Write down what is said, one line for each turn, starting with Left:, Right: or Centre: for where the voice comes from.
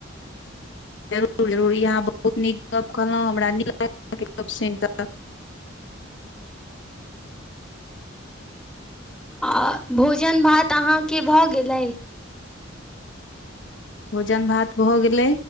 Left: जरूर जरूर। ई अहाँ बहुत नीक गप्प कहलहुँ। हमरा नीक लागल अहाँके गप्प सुनि कऽ।
Centre: अ भोजन-भात अहाँके भऽ गेलै?
Left: भोजन-भात भऽ गेलै,